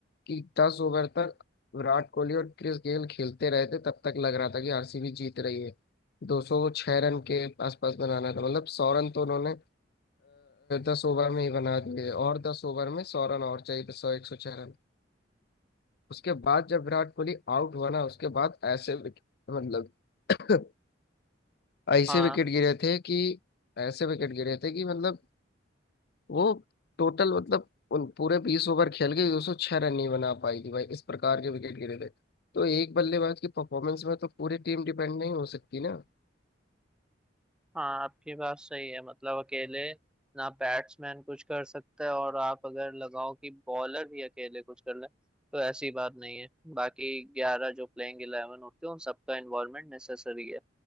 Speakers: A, on the left (about 55°); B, in the centre.
A: कि दस ओवर तक विराट कोहली और क्रिस गेल खेलते रहे थे तब तक लग रहा था कि आरसीबी जीत रही है 206 रन के आसपास बनाना था मतलब सौ रन तो उन्होंने दस ओवर में ही बना दिए और दस ओवर में सौ रन और चाहिए थे सौ एक सौ छह रन उसके बाद जब विराट कोहली आउट हुआ ना उसके बाद ऐसे विकेट मतलब <coughs> ऐसे
B: हाँ
A: विकेट गिरे थे कि ऐसे विकेट गिरे थे कि मतलब वो टोटल मतलब उन पूरे बीस ओवर खेल के दो सौ छह रन नहीं बना पाई थी भाई इस प्रकार के विकेट गिरे थे तो एक बल्लेबाज की परफॉर्मेंस में तो पूरी टीम डिपेंड नहीं हो सकती ना
B: हाँ आपकी बात सही है मतलब अकेले ना बैट्समैन कुछ कर सकता है और आप अगर लगाओ कि बॉलर भी अकेले कुछ कर ले तो ऐसी बात नहीं है बाकी ग्यारह जो प्लेइंग इलेवन होते हैं उन सबका इन्वॉल्वमेंट नेसेसरी है